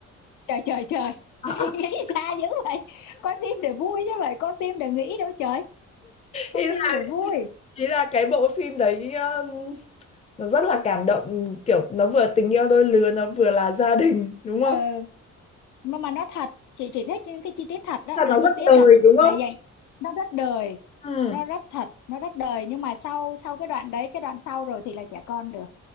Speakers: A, on the left (about 75°); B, on the left (about 20°).
A: trời trời trời
B: <laughs>
A: <laughs> nghĩ xa dữ vậy coi phim để vui chứ vậy coi phim để nghĩ đâu trời coi
B: Ý
A: phim để vui
B: ý là cái bộ phim đấy um, nó rất là cảm động kiểu nó vừa tình yêu đôi lứa nó vừa là gia đình đúng không
A: ờ mà mà nó thật chị chỉ thích những cái chi tiết thật đó
B: là
A: là
B: nó rất
A: chi tiết
B: đời
A: là
B: đúng không
A: để dành nó rất đời
B: ừ,
A: nó rất thật nó rất đời nhưng mà sau sau cái đoạn đấy cái đoạn sau rồi thì là trẻ con được